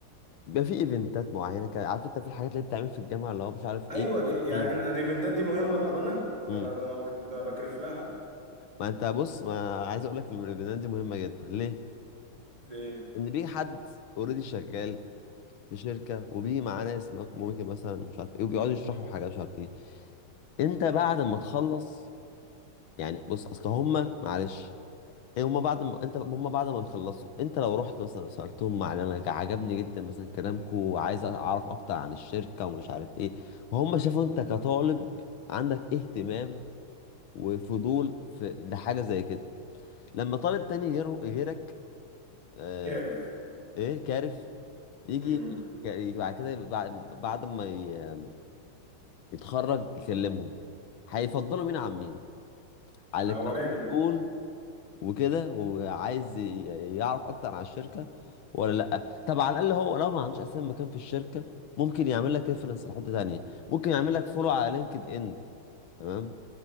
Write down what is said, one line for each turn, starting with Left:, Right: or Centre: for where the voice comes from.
Left: بيبقى في ايفنتات معينه كده عارف انت في الحاجات اللي بتعمل في الجامعه اللي هو مش عارف
Right: أيوة
Left: ايه
Right: ليه؟ يعني
Left: ايوه
Right: الإيفنتات دي مهمة بأمانة ده
Left: امم
Right: أنا ده أنا بك- ده أنا بكرف لها
Left: ما انت بص ما عايز اقول لك ان الايفنتات دي مهمه جدا ليه
Right: ليه؟
Left: ان بيجي حد اوريدي شغال في شركه وبيجي معاه ناس ممكن مثلا مش عارف ايه وبيقعدوا يشرحوا حاجه مش عارف ايه انت بعد ما تخلص يعني بص اصل هما معلش ايه هما بعد ما انت هما بعد ما يخلصوا انت لو رحت مثلا سالتهم عن انا جا- عجبني جدا مثلا كلامكم وعايز اعرف اكتر عن الشركه ومش عارف ايه وهم شافوا انت كطالب عندك اهتمام وفضول في لحاجه زي كده لما طالب تاني غيره غيرك آه
Right: كارف
Left: ايه كارف يجي
Right: مم.
Left: ك- بعد كده بعد بعد ما ي... اتخرج يكلمهم هيفضلوا مين عن مين على
Right: الاولاني
Left: اللي كان عنده طول وكده وعايز ي- يعرف اكتر عن الشركه ولا لا طب على الاقل هو لو ما عندوش اساسا مكان في الشركه ممكن يعمل لك ريفرنس لحته تانيه ممكن يعمل لك فولو على لينكد ان تمام